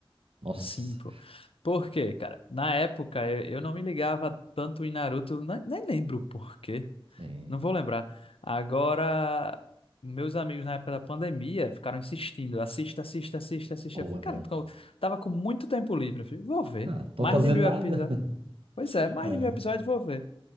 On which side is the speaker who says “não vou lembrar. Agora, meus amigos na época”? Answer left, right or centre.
Left